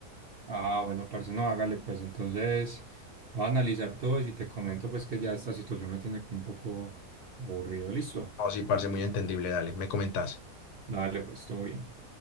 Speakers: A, on the right; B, on the left.
A: Ah, bueno, parce, no, hágale, pues entonces voy a analizar todo y si te comento pues que ya esta situación me tiene como un poco aburrido, ¿listo?
B: No, sí, parce, muy entendible. Dale, me comentás.
A: Dale, pues todo bien.